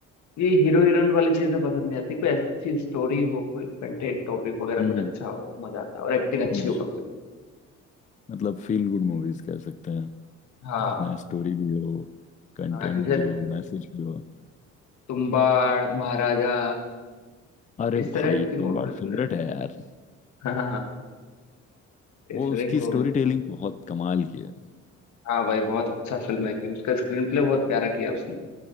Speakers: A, on the left (about 70°); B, on the left (about 25°).
A: ये हीरो हीरोइन वाली चीजें पसंद नहीं आती कोई अच्छी स्टोरी हो कोई कंटेंट टॉपिक वगैरह
B: हम्म
A: कुछ अच्छा हो तो मजा आता है और एक्टिंग अच्छी
B: हम्म,
A: हो कम से कम
B: मतलब फील गुड मूवीज कह सकते हैं
A: हाँ
B: जिसमें स्टोरी भी हो कंटेंट
A: हाँ, जैसे
B: भी हो मैसेज भी हो
A: तुम्बाड़ महाराजा
B: अरे
A: इस तरह
B: भाई
A: की मूवी
B: तुम्बाड़
A: पसंद
B: फेवरेट
A: है <laughs>
B: है यार
A: हाँ हाँ, हाँ,
B: वो
A: इस तरह
B: उसकी
A: की मूवी
B: स्टोरी टेलिंग बहुत कमाल की है
A: हाँ भाई बहुत अच्छा फिल्म है कि उसका स्क्रीन प्ले बहुत प्यारा किया उसने